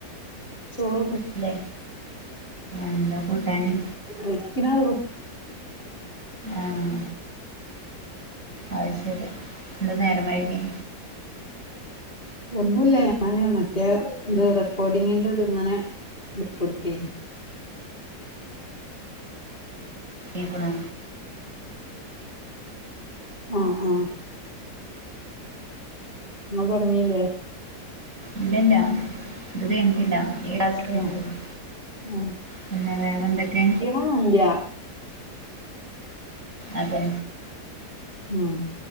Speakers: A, on the left (about 30°); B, on the right (about 45°).
A: ചോർ
B: ല്ലെ എന്താ കൂട്ടാന്
A: വെക്കിനൊള്ളു
B: ആഹ അത് ശരി എന്താ നേരം വഴുകിയെ
A: ഒന്നുല്ല ഞാന് മറ്റേ ഇത് റെക്കോർഡിങ്ങിന്റെ ഇത്ങ്ങനെ വിട്ടോട്കെയിന്
B: ക്ക് ണോ
A: ആഹ് ആഹ് നിങ്ങൾ തുടങ്ങില്ലേ
B: ഇല്ലല്ല ഇന്റദത് കഴിഞ്ഞിട്ടില്ല ഏ <unintelligible>
A: ആഹ് ആഹ്
B: പിന്നെ വേറെന്തൊക്കെ
A: <unintelligible>
B: അതെ
A: ഉം